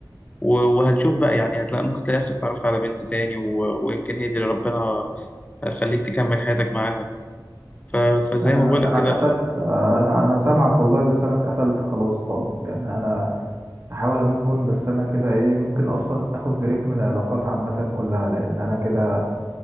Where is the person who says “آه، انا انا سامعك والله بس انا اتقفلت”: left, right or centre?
Right